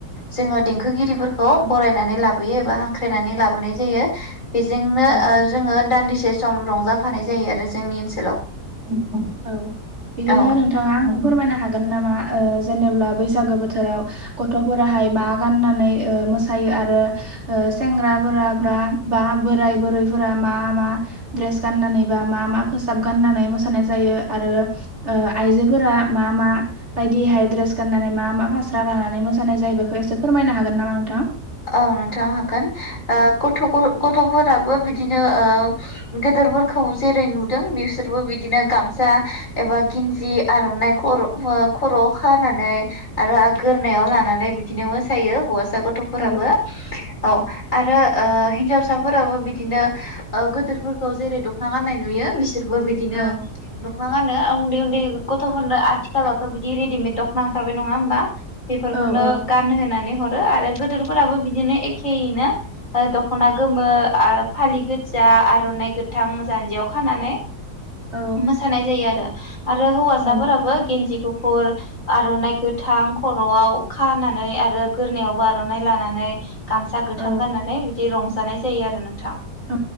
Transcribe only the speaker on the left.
जोङो देंखोगिरि। बरायनानै लाबोयो एबा हांख्रायनानै लाबोनाय जायो बेजोंनो
ओ जोङो दान्दि। से सम रंजाफानाय जायो आरो जोंनि ओनसोल
औ
औ नोंथां हागोन ओ गथ' गथ'फोराबो बिदिनोओ। गोदोरफोरखौ जेरै नुदों बिसोरबो बिदिनो गामसा एबा गिन। जि आर'नाइ खर' खर'आव खानानै आरो आगोरोनायाव लानानै बिदिनो मोसायो। हौवासा गथ'फोराबो
औ आरो ओ। हिनजावसाफोराबो बिदिनो ओ गोदोरफोरखौ जेरै दख'ना गान्नाय नुयो बिस रबो बिदिनो
दखना गानो। उन्दै उन्दै गथ'फोरनो आथिखालावथ' बिदि रेडिमेद दख'ना ओंखारबाय नङा होमबा। बेफोरखौनो
गानहोनानै हरो आरो गोदोरफोराबो बिदिनो एख। यैनो दख'ना आ गोमो फालि गोजा आर'नाइ गोथां जान्जियाव खा
मोसानाय जायो आरो। आरो हौवासाफोराबो
गेन्दि गुफुर आर'नाइ गोथां खर'आव। खानानै आरो गोरोनायावबो आर'नाइ लानानै गामसा गोथां
गाननानै बिदि रंज जानाय जायो आरो नोंथां